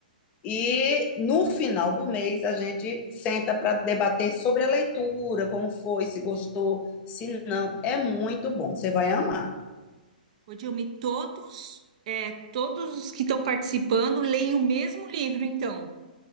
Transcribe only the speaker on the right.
Ô, Dilma, e todos, é, todos os que estão participando leem o mesmo livro, então.